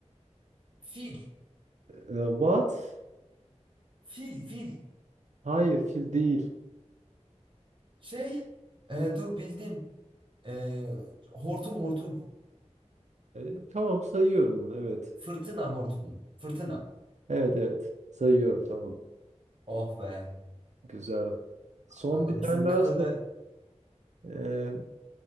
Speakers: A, on the right (about 45°); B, on the right (about 75°).
A: Fil.
B: Eee, what?
A: Fil, fil.
B: Hayır fil değil.
A: Şey, e, dur bildim. E, hortum hortum.
B: Eee, tamam sayıyorum bunu evet.
A: Fırtına hortumu. Fırtına.
B: Evet evet sayıyorum tamam.
A: Oh be.
B: Güzel. Son
A: Aga
B: bir tane
A: bizim
B: daha
A: kıtada
B: sor. Eee,